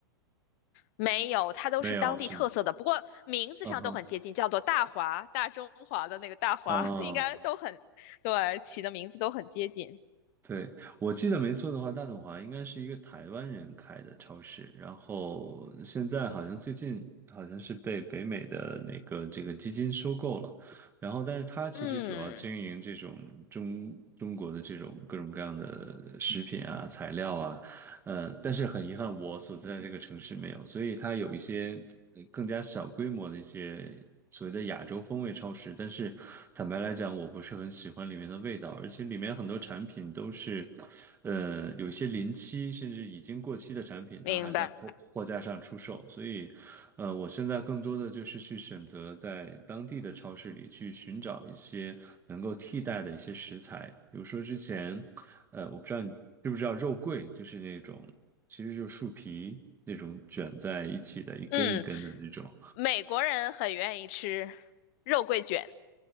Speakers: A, on the left; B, on the right.
A: 没有，它都是当地特色的，
B: 没有是吗？
A: 不过名字上都很接近，
B: 嗯哼，
A: 叫做大华、大中华的那个大华，
B: 啊，
A: <laughs> 应该都很，对，起的名字都很接近。
B: 对，我记得没错的话，大统华应该是一个台湾人开的超市，然后现在好像最近好像是被北美的那个这个基金收购了，然后但是他其实主要经营这种中中国的这种各种各样的食品啊、
A: 嗯，
B: 材料啊，呃，但是很遗憾，我所在的这个城市没有，所以它有一些呃更加小规模的一些所谓的亚洲风味超市。但是坦白来讲，我不是很喜欢里面的味道，而且里面很多产品都是，呃，有一些临期甚至已经过期的产品，
A: 明白。
B: 它还在货货架上出售。所以，呃，我现在更多的就是去选择在当地的超市里去寻找一些能够替代的一些食材，比如说之前。呃，我不知道你知不知道肉桂，就是那种其实就是树皮那种卷在一起的，一根一根的那种。
A: 嗯，美国人很愿意吃肉桂卷，